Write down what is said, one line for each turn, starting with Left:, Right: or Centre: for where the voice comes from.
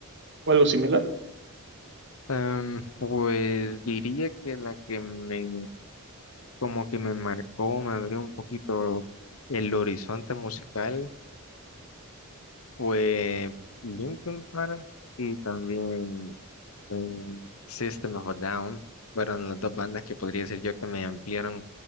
Right: o algo similar.
Left: Em, pues diría que la que me como que me marcó, me abrió un poquito el horizonte musical fue Linkin Park y también mm, System of a Down fueron las dos bandas que podría decir yo que me ampliaron